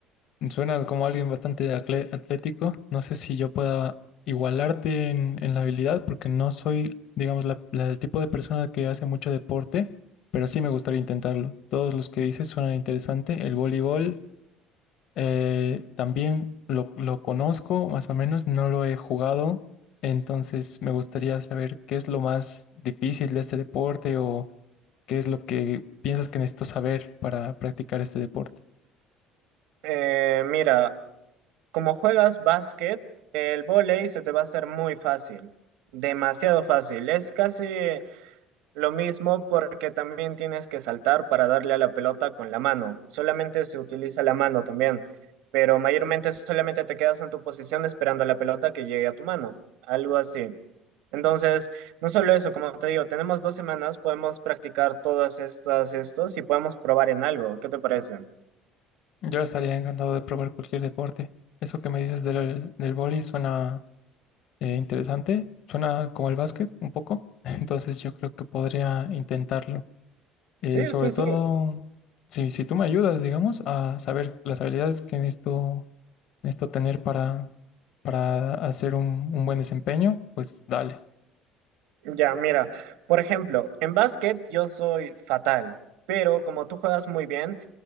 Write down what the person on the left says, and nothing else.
Suenas como alguien bastante atle- atlético. No sé si yo pueda igualarte en, en la habilidad porque no soy, digamos, la, la del tipo de persona que hace mucho deporte, pero sí me gustaría intentarlo. Todos los que dices suenan interesante. El voleibol. Eh, también lo, lo conozco, más o menos, no lo he jugado, entonces me gustaría saber qué es lo más difícil de este deporte o qué es lo que piensas que necesito saber para practicar este deporte.
Yo estaría encantado de probar cualquier deporte. Eso que me dices del, del vóley suena eh, interesante, suena como el básquet un poco, <laughs> entonces yo creo que podría intentarlo. Eh,
sobre
todo, si, si tú me ayudas, digamos, a saber las habilidades que necesito, necesito tener para, para hacer un, un buen desempeño, pues dale.